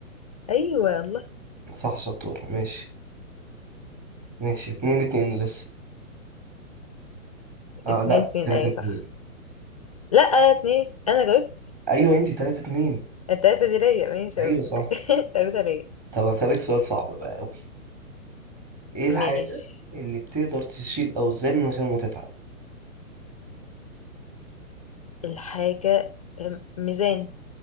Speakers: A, on the left (about 25°); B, on the right (about 20°).
A: ايوه الله
B: صح شطور ماشي ماشي اتنين اتنين لسه اه
A: اتنين
B: لا
A: اتنين
B: 3
A: اي
B: 2
A: صح لا اتنين انا جاوبت
B: ايوه انت 3 2
A: التلاته دي ليا ماشي
B: ايوه
A: اوكي
B: صح
A: <laughs> التلاته ليا
B: طب اسالك سؤال صعب بقى قوي ايه الحاجه
A: ماشي
B: اللي بتقدر تشيل اوزان من غير ما تتعب
A: الحاجه آم، ميزان